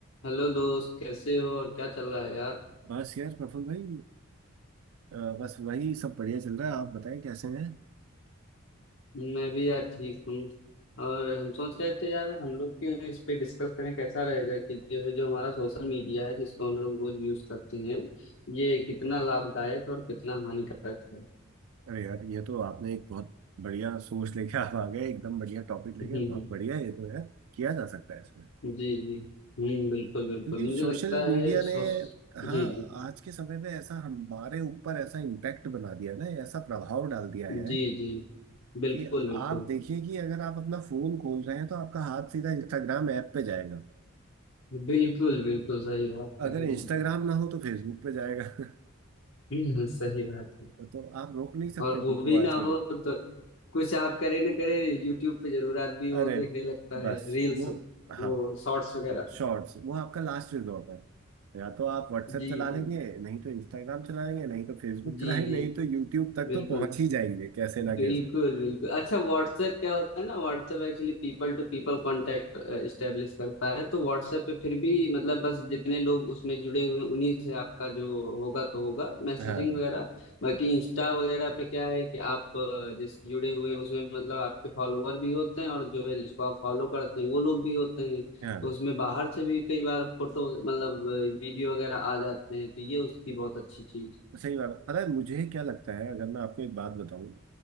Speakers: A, on the left (about 60°); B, on the right (about 75°).
A: Hello दोस्त कैसे हो और क्या चल रहा है यार
B: बस यार प्रफुल भाई अ, बस वही सब बढ़िया चल रहा है आप बताएं कैसे हैं
A: मैं भी यार ठीक हूँ और हम सोच रहे थे यार हम लोग क्यों इस पे डिस्कस करें कैसा रहेगा कि जो है जो हमारा सोशल मीडिया है जिसको हम लोग रोज यूज करते हैं ये कितना लाभदायक और कितना हानिकारक है हम्म,
B: अरे यार ये तो आपने एक बहुत बढ़िया सोच लेके <laughs> आप आ गए एकदम बढ़िया टॉपिक लेके
A: हम्म,
B: बहुत
A: हम्म।
B: बढ़िया है ये तो यार किया जा सकता है इसमें
A: जी जी हम्म बिल्कुल बिल्कुल
B: क्योंकि
A: मुझे
B: सोशल
A: लगता
B: मीडिया
A: है
B: ने
A: सोश
B: हाँ
A: जी
B: आज के समय में ऐसा हमारे ऊपर ऐसा इम्पैक्ट बना दिया ना ऐसा प्रभाव डाल दिया
A: जी
B: है
A: जी जी बिल्कुल
B: कि
A: बिल्कुल
B: आप देखिए कि अगर आप अपना फोन खोल रहे हैं तो आपका हाथ सीधा इंस्टाग्राम ऐप पे जाएगा
A: बिल्कुल बिल्कुल सही बात
B: अगर
A: कह रही
B: इंस्टाग्राम
A: हैं।
B: ना हो तो फेसबुक पे जाएगा
A: हम्म, सही बात है
B: <laughs> तो आप रोक नहीं सकते
A: और वो
B: खुद को
A: भी ना
B: आज के
A: हो
B: डेट
A: तो कुछ आप करे न करे यूट्यूब पे जरूर आदमी वो
B: अरे
A: देखने लगता
B: बस
A: है रील्स
B: वो हाँ
A: वो शॉर्ट्स वगैरह
B: शॉर्ट्स वो आपका लास्ट रिजॉर्ट है या तो आप व्हाट्सएप
A: जी
B: चला
A: जी
B: लेंगे नहीं तो इंस्टाग्राम चला लेंगे नहीं तो फेसबुक
A: जी
B: चलाएंगे
A: जी
B: नहीं तो यूट्यूब तक
A: बिल्कुल
B: तो पहुंच ही जाएंगे कैसे ना
A: बिल्कुल
B: कैसे
A: बिल्कुल अच्छा व्हाट्सएप क्या होता है ना WhatsApp actually people to people contact establish करता है तो व्हाट्सएप पे फिर भी मतलब बस जितने लोग उसमें जुड़े हुए हैं उन्हीं से आपका जो होगा तो होगा मैसेजिंग
B: हाँ
A: वगैरह बाकी इंस्टा वगैरह पे क्या है कि आप अ, जिससे जुड़े हुए हैं उसमें मतलब आपके फॉलोवर भी होते हैं और जो है जिसको आप फॉलो करते हैं वो लोग भी होते हैं तो
B: हाँ
A: उसमें बाहर से भी कई बार फोटो मतलब वीडियो वगैरह आ जाते हैं तो ये उसकी बहुत अच्छी चीज
B: सही बात है। पता है मुझे क्या लगता है अगर मैं आपको एक बात बताऊं